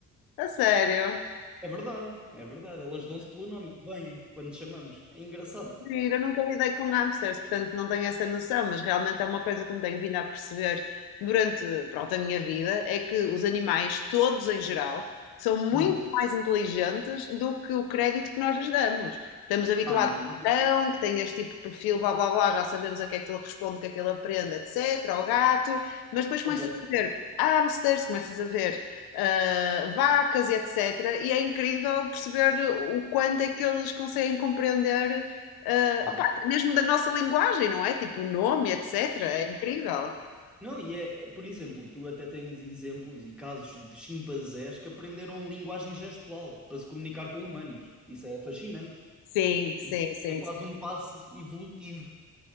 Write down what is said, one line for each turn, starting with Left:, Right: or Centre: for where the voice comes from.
Left: A sério?
Centre: É verdade, é verdade. Elas dão-se pelo nome e vêm quando chamamos. É engraçado.
Left: Eu nunca lidei com hamsters, portanto não tenho essa noção, mas realmente é uma coisa que me tenho vindo a perceber durante, pronto, a minha vida, é que os animais, todos em geral, são muito
Centre: Uhum.
Left: mais inteligentes do que o crédito que nós lhes damos. Estamos habituados
Centre: Ah, não temos dúvida,
Left: a um cão, que tem este tipo de perfil, blá blá blá, já sabemos a que é que ele responde, o que é que ele aprende, etc., ao gato, mas depois
Centre: completo.
Left: começas a ver hamsters, começas a ver ah, vacas e etc., e é incrível perceber o quanto é que eles conseguem compreender eh,
Centre: É
Left: opá,
Centre: verdade.
Left: mesmo da nossa linguagem, não é? Tipo o nome, etc.
Centre: Sim,
Left: É incrível.
Centre: sim. Não, e é, por exemplo, tu até tens exemplos e casos de chimpanzés que aprenderam linguagem gestual para se comunicar com humanos. Isso é fascinante.
Left: Sim, sim,
Centre: E
Left: sim,
Centre: É quase
Left: sim.
Centre: um passo evolutivo.